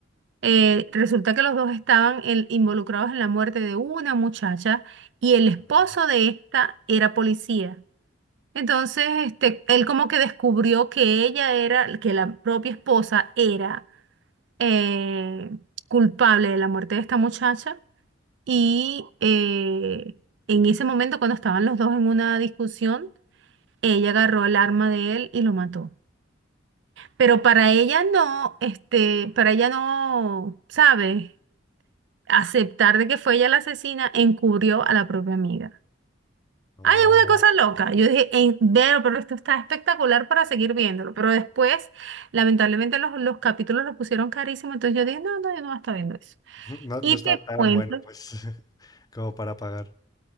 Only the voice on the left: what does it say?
Ah,
no,
<laughs> no, no
está
tan
bueno, pues, <laughs> como para pagar.